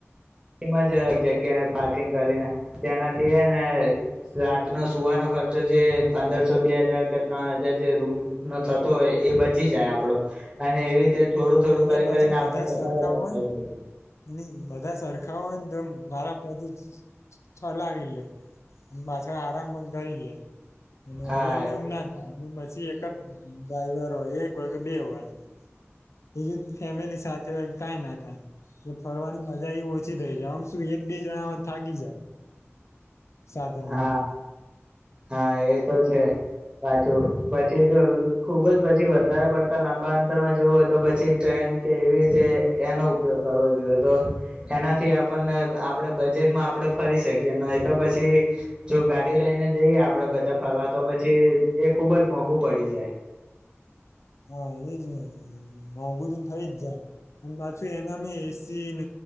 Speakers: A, on the right; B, on the left.
A: એમ જ એક જગ્યાએ પાર્કિંગ કરીને તેનાથી ને રાતનો સુવાનો ખર્ચો જે પંદરસો બે હજાર કે ત્રણ હજાર જે રૂમ નો થતો હોય એ બચી જાય આપડો અને એવી રીતે થોડું થોડું
B: એની
A: કરી
B: પાછ
A: કરીને આપણે
B: બધા જ સરખાઓ
A: વધારે બચાવી
B: હોય ને
A: શકીએ
B: એની બધા સરખાઓય એકદમ મારાથી ચલાવી લે અને પાછળ આરામ પણ કરી લે એ
A: હા
B: ઓલા
A: એ
B: એવું ના થાય પછી ડ્રાઈવર હોય, એક હોય કે બે હોય. બીજું ફેમિલી સાથે હોય કઈ ના થાય એટલે ફરવાની મજા એ ઓછી થઈ જાય આમ શું એક બે જણા થાગી જાય. સાધનમાં.
A: હા હા એ તો છે પાછું પછી જો ખુબ જ પછી વધારે પડતા લાંબા અંતરમાં જવું હોય, તો પછી ટ્રેન કે એવી રીતે એનો ઉપયોગ કરવો જોઈએ તો એનાથી આપણને આપડે બજેટમાં આપડ ફરી શકીએ ન તો પછી જો ગાડી લઈને જઈએ આપડે બધા ફરવા તો પછી એ ખુબ જ મોંઘું પડી જાય.
B: હા એજ ને મોંઘું તો થઈ જ જાય અને પાછું એના એસી